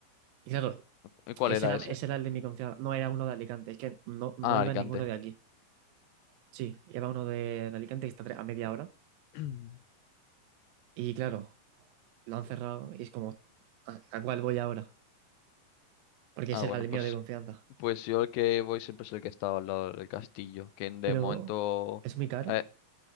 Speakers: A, on the right; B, on the left.
A: Y claro,
B: ¿Y cuál
A: ese
B: era
A: era,
B: ese?
A: ese era el de mi confianza, no era uno de Alicante, es que no, no
B: Ah,
A: iba
B: Alicante.
A: ninguno de aquí. Sí, iba uno de, de Alicante que está a tre- a media hora.
B: <clears throat>
A: Y claro, lo han cerrado y es como, ¿a, a cuál voy ahora? Porque
B: Ah,
A: ese
B: bueno,
A: era el
B: pues,
A: mío de confianza.
B: pues yo el que voy siempre es el que está al lado del castillo, que en- de
A: Pero
B: momento,
A: es muy caro
B: eh,